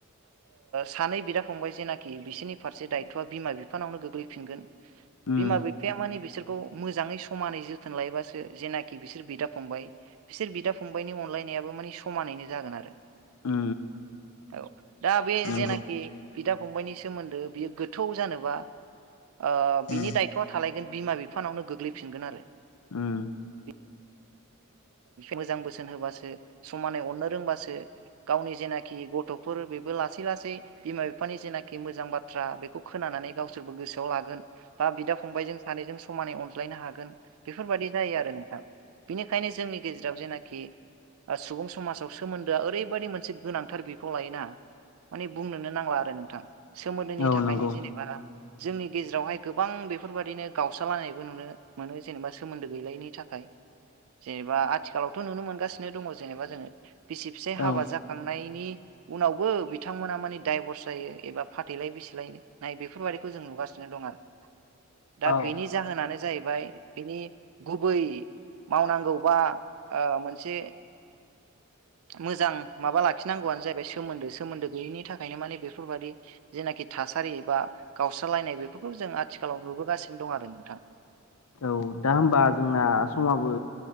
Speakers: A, on the right; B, on the left.
A: सानै बिदा फंबाय जेनाखि खि बिसोरनि फारसे दायथ'आ बिमा बिफानावनो गोग्लैफिनगोन
B: उम
A: बिमा बिफाया माने बिसोर खौ मोजाङै समानै जोथोन लायोबासो जेनाखि बिसोर बिदा फंबाय बिसोर बिदा फंबायनि अनलाय नायाबो माने समानैनो जागोन आरो
B: उम
A: औ दा बे
B: नंगौ
A: जेनाखि बिदा फंबाइनि सोमोन्दो बियो गोथौ जानोबा ओ बिनि
B: उम
A: दायथ'आ थालायगोन बिमा बिफानावनो गोग्लैफिनगोन आरो
B: उम
A: बिद मोजां बोसोन होबासो समानै अननो रोंबासो गावनि जेनाखि गथ'फोर बेबो लासै लासै बिमा बिफानि जेनाखि मोजां बाथ्रा बेखौ खोनानानै गावसोरबो गोसोआव लागोन। बा बिदा फंबायजों सानैजों समानै अनज्लायनो हागोन बेफोरबायाददि जायो आरो नोंथां बेनि ओंखायनो जोंनि गेजेराव जेनाखि सुबुं समाजाव सोमोन्दोआ ओरैबायदि मोनसे गोनांथार बिफाव लायोना माने बुंनोनो नांला आरो नोंथां सोमोन्दोनि
B: औ
A: थाखायनो
B: नंगौ
A: जेनेबा जोंनि गेजेरावहाय गोबां बेफोरबायदिनो गावस्रालायनायबो नुनो मोनो जेनेबा सोमोन्दो गैलायनि थाखाय जेनेबा आथिखालावथ' नुनो मोनगासिनो दङ जेनेबा जोङो बिसि फिसाय हाबा
B: औ
A: जाखांनायनि उनावबो बिथांमोना माने दडाइभर्स जायो एबा फाथैलाय बिसिलाय नाय बेफोरबायदिखौ जों नुगासिनो दं आरो। दा
B: औ
A: बिनि जाहोनानो जाहैबाय बिनि गुबै मावनां गौबा ओ मोनसे मोजां माबा लाखिनांगौआनो जाहैबाय सोमोन्दो सोमोन्दो गैयैनि थाखायनो माने बेफोरबादि जेनाखि था सारि बा गावस्रालायनाय बेफोरखौ जों आथिखालाव नुबोगासिनो दं आरो नोंथां
B: औ दा होमबा जोंना समाबो